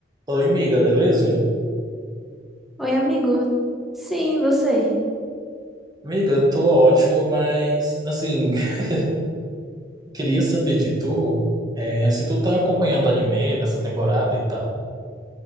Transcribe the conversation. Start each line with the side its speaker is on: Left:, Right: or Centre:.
Right: Oi, miga, beleza?
Centre: Oi, amigo. Sim, você?
Right: Miga, eu tô ótimo, mas assim, <laughs> queria saber de tu, é, se tu tá acompanhando o anime dessa temporada e tal.